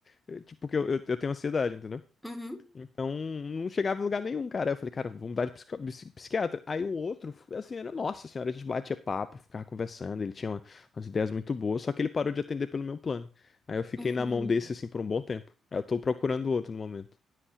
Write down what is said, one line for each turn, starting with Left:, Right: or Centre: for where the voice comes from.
Left: Eu, tipo, porque eu, eu, eu tenho ansiedade, entendeu?
Centre: uhum,
Left: Então, não chegava em lugar nenhum, cara. Eu falei, cara, vou mudar de psico- psi- psiquiatra. Aí o outro, assim, era, nossa senhora, a gente batia papo, ficava conversando, ele tinha uma- umas ideias muito boas, só que ele parou de atender pelo meu plano. Aí eu fiquei
Centre: uhum,
Left: na
Centre: uhum.
Left: mão desse, assim, por um bom tempo. Aí Eu tô procurando outro no momento.